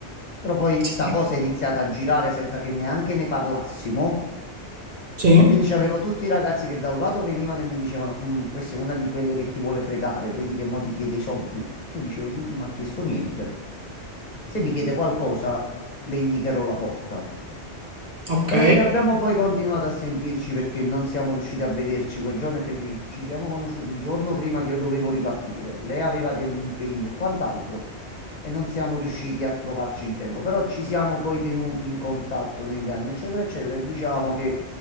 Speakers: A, on the left; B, on the right.
A: però poi
B: Sì.
A: sta cosa è iniziata a girare senza che neanche ne parlassimo.
B: Sì.
A: Quindi c'avevo tutti i ragazzi che da un lato venivano e mi dicevano: "Mm, Questa è una di quelle che ti vuole fregare, vedi che mo ti chiede i soldi. E Io dicevo: Non mi ha chiesto niente. Se mi chiede qualcosa, le indicherò la porta.
B: Ok.
A: E abbiamo poi continuato a sentirci perché non siamo riusciti a vederci quel giorno e che ci, ci siamo conosciuti il giorno prima che io dovevo ripartire. Lei aveva degli impegni e quant'altro e non siamo riusciti a trovarci in tempo, però ci siamo poi tenuti in contatto negli anni, eccetera, eccetera, e diciamo che